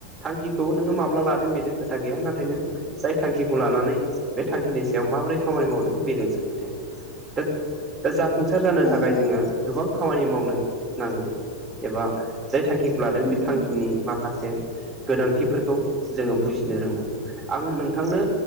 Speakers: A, on the right (about 15°); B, on the left (about 25°).
A: थांखिखौ नोङो माब्ला लादों बेजों खोथा गैया नाथाय नों जाय थांखिखौ लानानै बे थांखिनि सायाव माबोरै खामानि मावदों बेजोंसो खोथाया दा दा जाफुंसार जानो
B: औ
A: थाखाय
B: औ
A: जोङो गोबां खामानि मावनो नांगौ एबा जाय थांखिखौ लादों
B: उम
A: बे थांखिनि
B: उम
A: माखासे गोनांथिफोरखौ जोङो बुजिनो रोंनांगौ आं नोंथांनो